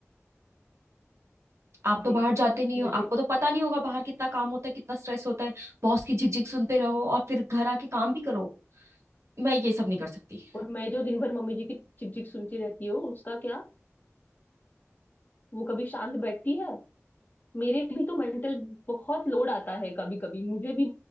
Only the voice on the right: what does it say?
आप तो
बाहर जाते नहीं
हो आपको तो पता नहीं होगा बाहर कितना काम होता है कितना स्ट्रेस होता है बॉस की झिकझिक सुनते रहो और फिर घर आके काम भी करो मैं ये सब नहीं कर सकती